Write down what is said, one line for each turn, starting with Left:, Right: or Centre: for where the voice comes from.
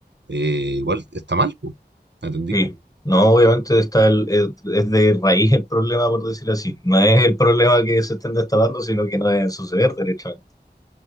Right: Eh, igual está mal, pues, ¿entendí?
Left: Sí, no, obviamente está el, es, es de raíz el problema, por decir así. No es el problema que se estén destapando, sino que no deben suceder derechamente.